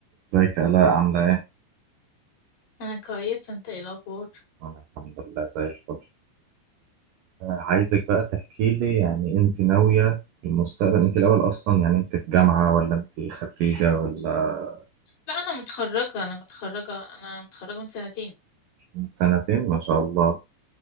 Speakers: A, on the right; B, on the left.
A: ازيك يا آلاء عاملة ايه؟
B: انا كويسه انت ايه الاخبار
A: أنا الحمد لله زي الفل آه، عايزك بقى تحكي لي يعني انت ناوية في المستقبل انت الأول أصلا يعني انت في جامعة ولا انت خريجة ولا
B: لا انا متخرجه انا متخرجه انا متخرجه من سنتين
A: من سنتين ما شاء الله